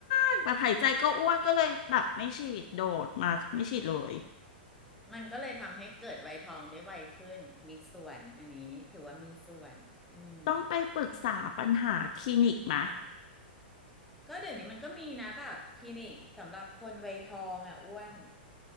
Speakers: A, on the left; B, in the centre.
A: กแบบหายใจก็อ้วนก็เลยแบบไม่ฉีดโดดมาไม่ฉีดเลย
B: มันก็เลยทำให้เกิดวัยทองได้ไวขึ้นมีส่วนอันนี้ถือว่ามีส่วนอืม
A: ต้องไปปรึกษาปัญหาคลินิกมะ
B: ก็เดี๋ยวนี้มันก็มีนะแบบคลินิกสำหรับคนวัยทองอ่ะอ้วน